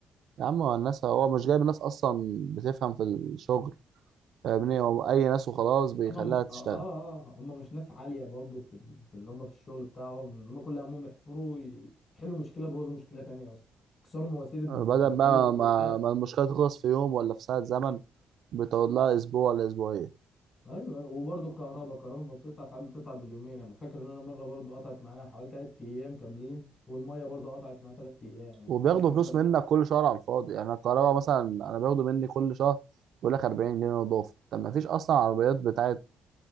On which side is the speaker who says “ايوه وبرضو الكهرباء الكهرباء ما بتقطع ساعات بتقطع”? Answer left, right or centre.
Left